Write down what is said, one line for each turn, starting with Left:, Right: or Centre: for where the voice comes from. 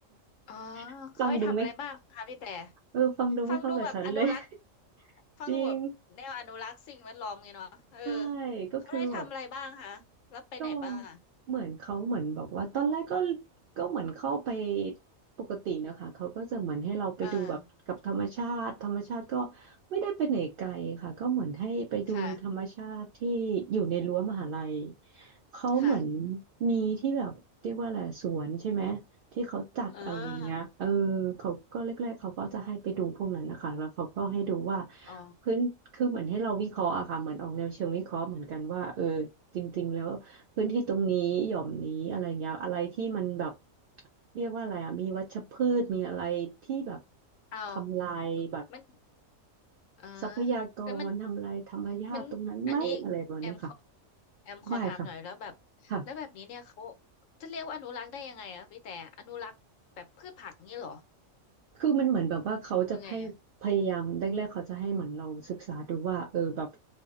Left: อ๋อ
Right: <laughs>
Left: เขาให้ทำอะไรบ้างคะพี่แต่
Right: ฟังดูไม่เออฟังดูไม่เข้ากับฉันเลย
Left: ฟังดูแบบอนุรักษ์
Right: <laughs>
Left: ฟังดูแบบแนวอนุรักษ์สิ่งแวดล้อมไงเนาะเออ
Right: จริงใช่ก็คือแบบ
Left: เขาได้ทำอะไรบ้างคะแล้วไปไหนบ้างอ่ะ
Right: ก็เหมือนเขาเหมือนบอกว่าตอนแรกก็ก็เหมือนเข้าไปปกตินะคะเขาก็จะเหมือนให้เราไปดูแบบกับธรรมชาติธรรมชาติก็
Left: เออ
Right: ไม่ได้ไปไหนไกลค่ะก็เหมือนให้ไปดูธรรมชาติที่อยู่ในรั้วมหาลัย
Left: ค่ะ
Right: เขาเหมือน
Left: ค่ะ
Right: มีที่แบบเรียกว่าอะไรสวนใช่ไหมที่เขาจัดอะไรอย่างเงี้ยเออ
Left: เออ
Right: เขาก็แรกๆเขาก็จะให้ไปดูพวกนั้นนะคะแล้วเขาก็ให้ดูว่า
Left: อ๋อ
Right: พื้นคือเหมือนให้เราวิเคราะห์อะค่ะเหมือนออกแนวเชิงวิเคราะห์เหมือนกันว่าเออจริงๆแล้ว พื้นที่ตรงนี้หย่อมนี้อะไรเงี้ยอะไรที่มันแบบเรียกว่าอะไรอ่ะมีวัชพืชมีอะไรที่แบบ
Left: เอา
Right: ทำลายแบบ
Left: มัน อ่า
Right: ทรัพยากรทำลายธรรมชาติตรงนั้นไหมอะไรแบบเนี้ยค่ะ
Left: แล้วมันมันอันนี้แอมขอแอมขอถามหน่อยแล้วแบบแล้วแบบนี้เนี่ยเขา
Right: ได้ค่ะค่ะ
Left: จะเรียกว่าอนุรักษ์ได้ยังไงอะพี่แต่อนุรักษ์แบบพืชผักงี้เหรอ
Right: คือมันเหมือนแบบว่าเขาจะให้พยายามแรกๆเขาจะให้เหมือนเราศึกษาดูว่าเออแบบ
Left: ยังไงอะ